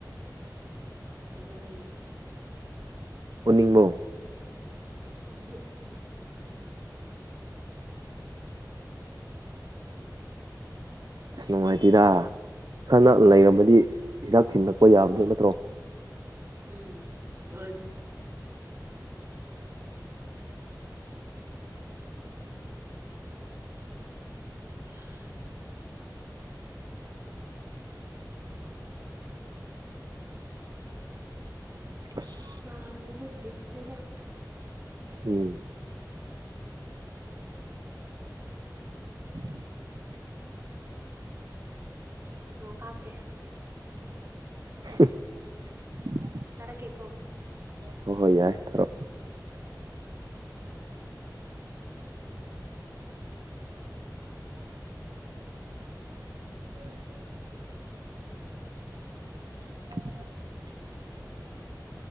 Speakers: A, on the right; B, on the right.
A: ꯀꯩꯗꯧꯔꯒꯦ
B: ꯎꯅꯤꯡꯕꯣ
A: ꯑ <unintelligible>
B: ꯏꯁꯁ ꯅꯨꯡꯉꯥꯏꯇꯦꯔ ꯈꯔꯅ ꯂꯩꯔꯝꯃꯗꯤ ꯍꯤꯗꯥꯛ ꯊꯤꯂꯛꯄ ꯌꯥꯕꯗꯣ ꯅꯠꯇ꯭ꯔꯣ
A: ꯎꯝ ꯑꯗ ꯎ <unintelligible> <unintelligible>
B: ꯑꯁ
A: ꯕꯁꯨ ꯤꯠꯅꯦꯗ
B: ꯎꯝ <unintelligible>
A: ꯐꯣꯇꯣ ꯀꯥꯞ ꯀꯦ
B: <unintelligible>
A: ꯆꯔ ꯀꯦꯀꯣ
B: ꯍꯣꯏ ꯍꯣꯏ ꯌꯥꯏ ꯊꯔꯣ ꯎꯝ <unintelligible>